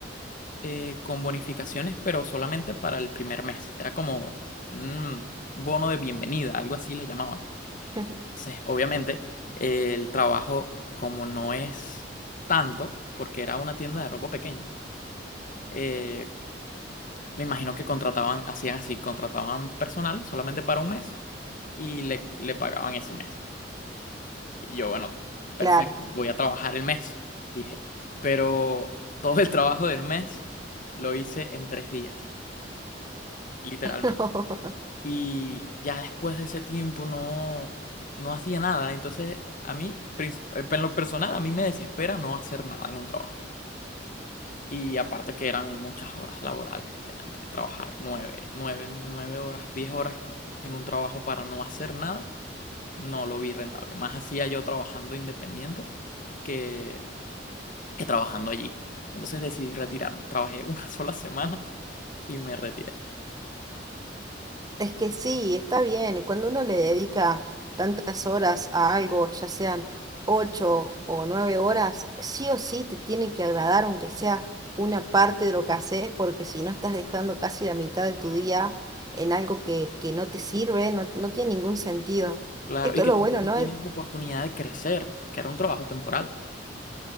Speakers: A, on the left; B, on the right.
A: eh, con bonificaciones, pero solamente para el primer mes. Era como un bono de bienvenida, algo así le llamaban.
B: <laughs>
A: Entonces, obviamente, eh, el trabajo, como no es tanto, porque era una tienda de ropa pequeña, eh, me imagino que contrataban, hacían así, contrataban personal solamente para un mes y le, le pagaban ese mes. Y yo, bueno, perfecto,
B: claro.
A: voy a trabajar el mes, dije. Pero todo el trabajo del mes lo hice en tres días, literalmente.
B: <laughs>
A: Y ya después de ese tiempo no, no hacía nada. Entonces, a mí, princip- en lo personal, a mí me desespera no hacer nada en un trabajo. Y aparte que eran muchas horas laborales, tenían que trabajar nueve, nueve, nueve horas, diez horas en un trabajo para no hacer nada, no lo vi rentable. Más hacía yo trabajando independiente que que trabajando allí. Entonces decidí retirarme. Trabajé una <laughs> sola semana y me retiré.
B: Es que sí, está bien. Cuando uno le dedica tantas horas a algo, ya sean ocho o nueve horas, sí o sí te tiene que agradar, aunque sea una parte de lo que haces, porque si no estás dejando casi la mitad de tu día en algo que, que no te sirve, no, no tiene ningún sentido.
A: Claro,
B: Esto
A: y que
B: es lo
A: tampoco
B: bueno, ¿no?
A: tienes oportunidad de crecer, porque era un trabajo temporal.